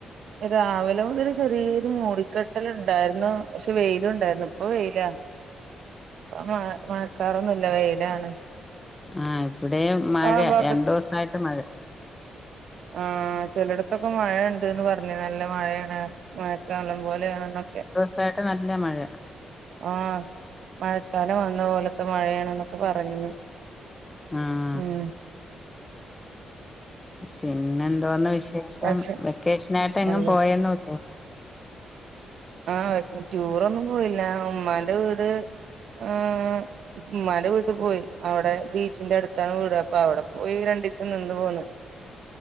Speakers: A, on the right; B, on the left.
A: രാവിലെ മൊതല് ചെറിയൊരു മൂടിക്കെട്ടലൊണ്ടായിരുന്നു പക്ഷെ വെയിലുണ്ടായിരുന്നു ഇപ്പൊ വെയിലാണ്. ഇപ്പം മഴ മഴക്കാറൊന്നുല്ല വെയിലാണ്.
B: ആ ഇവടേയും മഴ
A: ആ ഭാഗ
B: രണ്ടു ദിവസയിട്ട് മഴ
A: ആ ചെലടത്തൊക്കെ മഴയുണ്ടേന്നു പറഞ്ഞു നല്ല മഴയാണ്. മഴക്കാലം പോലെയാണെന്നൊക്കെ.
B: ഇപ്പായിട്ട് നല്ല മഴ
A: ആ മഴക്കാലം വന്ന പോലത്തെ മഴയാണെന്നൊക്കെ പറഞ്ഞ്.
B: ആഹ്
A: ഉം
B: പിന്നെ എന്തോന്ന് വിശേഷം
A: പക്ഷെ
B: വെക്കേഷനായിട്ട് എങ്ങും
A: നല്ല
B: പോയൊന്നുല്ലേ.
A: ആ ടൂറൊന്നും പോയില്ല ഉമ്മാന്റെ വീട് ആഹ്. ഉമ്മാന്റെ വീട്ടി പോയി അവിടെ ബീച്ചിന്റെ അടുത്താണ് വീട് അപ്പൊ അവിടെ പോയി രണ്ടീസം നിന്നു പോന്നു.